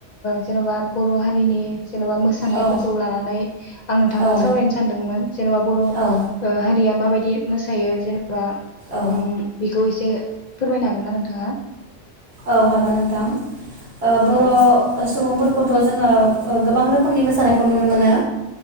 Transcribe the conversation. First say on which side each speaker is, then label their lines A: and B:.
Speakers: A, on the left; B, on the right.
A: जेन'बा बर' हारिनि जेन'बा मोसानायफोरखौ
B: औ
A: लानानै आं नोंथांदों
B: औ
A: सावरायनो सानदोंमोन जेन'बा बर' ओ
B: औ
A: हारिया माबायदि दि मोसायो जेन बा
B: औ
A: उम बेखौ एसे एसे फोरमायनो हागोन ना नोंथाङा?
B: औ हागोन नोंथां ओ बर'
A: उम
B: सुबुंफोरखौथ' जोङो ओ गोबां रोखोमनि मोसानायखौ नुनो मोनो।